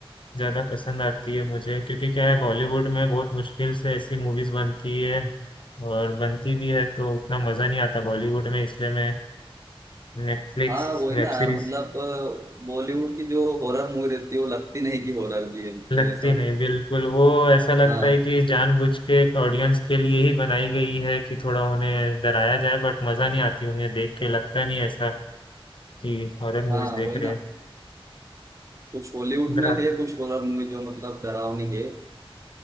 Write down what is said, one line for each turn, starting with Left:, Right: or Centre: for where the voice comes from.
Left: ज़्यादा पसंद आती है मुझे क्योंकि क्या है बॉलीवुड में बहुत मुश्किल से ऐसी मूवीज़ बनती है और बनती भी है तो उतना मज़ा नहीं आता बॉलीवुड में इसलिए मैं नेटफ्लिक्स
Right: हाँ वही
Left: वेब
Right: ना यार
Left: सीरीज
Right: मतलब बॉलीवुड की जो हॉरर मूवी रहती है वो लगती नहीं कि हॉरर भी है मतलब
Left: लगती
Right: ऐसा
Left: नहीं बिल्कुल वो ऐसा लगता
Right: हाँ
Left: है कि जानबूझ के एक ऑडियंस के लिए ही बनाई गई है कि थोड़ा उन्हें डराया जाए बट मज़ा नहीं आती उन्हें देख के लगता नहीं ऐसा कि हॉरर मूवीज़
Right: हाँ वही
Left: देख रहे
Right: ना कुछ हॉलीवुड
Left: हैं
Right: में है कुछ हॉरर मूवी जो मतलब डरावनी है